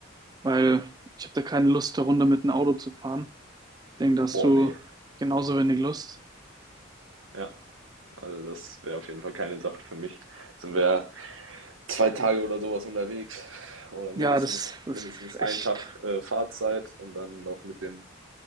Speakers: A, on the right; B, on the right.
A: weil ich habe da keine Lust, da runter mit dem Auto zu fahren. Ich denke, da hast
B: Boah,
A: du
B: nee.
A: genauso wenig Lust.
B: Ja, also das wäre auf jeden Fall keine Sache für mich. Sind wir 2 Tage oder sowas unterwegs oder mindestens
A: Ja, das, das
B: mindestens
A: ist
B: einen
A: echt,
B: Tag, äh, Fahrzeit und dann noch mit dem